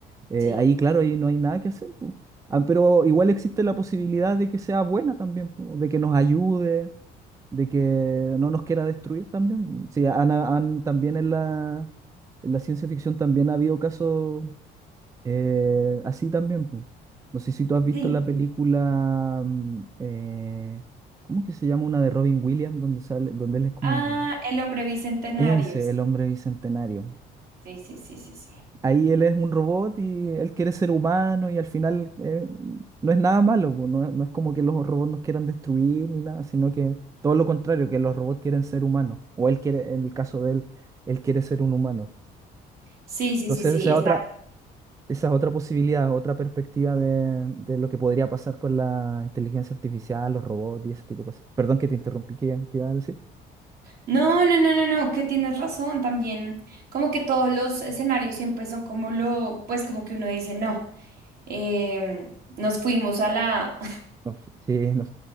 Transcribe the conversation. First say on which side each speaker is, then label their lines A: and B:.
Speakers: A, on the right (about 20°); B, on the right (about 65°).
A: eh,
B: Sí.
A: ahí, claro, ahí no hay nada que hacer. po. Ah, pero igual existe la posibilidad de que sea buena también, po, de que nos ayude de que no nos quiera destruir también. Sí, han, han- también en la, en la ciencia ficción también ha habido casos eh, así también. po. No sé si tú has visto
B: Sí.
A: la película, mm, eh, ¿cómo que se llama? Una de Robin Williams, donde sale, donde él es como
B: Ah,
A: un...
B: el hombre bicentenario.
A: Ese, el hombre bicentenario
B: Sí, sí, sí, sí, sí. sí.
A: ahí él es un robot y él quiere ser humano y al final eh, no es nada malo, pues, no, no es como que los robots nos quieran destruir ni nada, sino que todo lo contrario, que los robots quieren ser humanos, o él quiere, en el caso de él, él quiere ser un humano.
B: Sí, sí,
A: Entonces
B: sí, sí,
A: esa
B: exacto.
A: otra, esa es otra posibilidad, otra perspectiva de, de lo que podría pasar con la inteligencia artificial, los robots y ese tipo de cosas. Perdón que te interrumpí, ¿qué, qué iba a decir?
B: No, no, no, no, no, que tienes razón también. Como que todos los escenarios siempre son como lo, pues como que uno dice, no, em, nos fuimos a la,
A: No, sí, no.